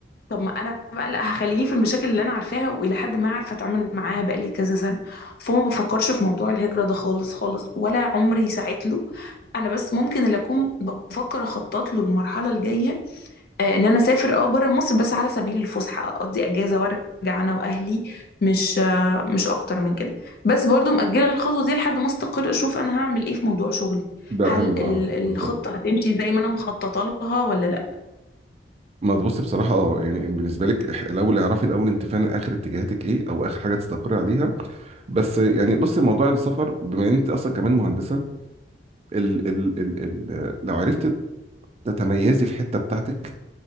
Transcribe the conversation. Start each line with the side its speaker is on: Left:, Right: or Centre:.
Left: طب ما انا بقى لا هخليني في المشاكل اللي انا عارفاها والى حد ما عارفه اتعامل معاها بقالي كذا سنه فما بفكرش في موضوع الهجره ده خالص خالص ولا عمري ساعت له انا بس ممكن اللي اكون بفكر اخطط له المرحله الجايه آه، ان انا اسافر اه بره مصر بس على سبيل الفسحه اقضي اجازه وارجع انا واهلي مش آه، مش اكتر من كده بس برضو مأجله الخطوه دي لحد ما استقر اشوف انا هعمل ايه في موضوع شغلي
Right: ده
Left: هل
Right: اهم
Left: ال-
Right: اه
Left: الخطه
Right: بالظبط
Left: هتمشي زي ما انا مخططه لها ولا لا
Right: ما تبص بصراحة اه يعني بالنسبة لك إح- الأول اعرفي الأول أنت فعلا آخر اتجاهاتك إيه أو آخر حاجة تستقر عليها بس يعني بص موضوع السفر بما إن أنت أصلا كمان مهندسة ال ال ال ال لو عرفت تتميزي في حتة بتاعتك